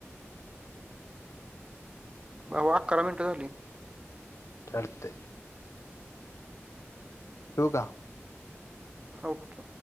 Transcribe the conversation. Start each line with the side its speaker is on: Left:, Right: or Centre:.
Right: भावा अकरा मिनिटं झाली.
Left: चालतय. ठेवू का?
Right: आ ओक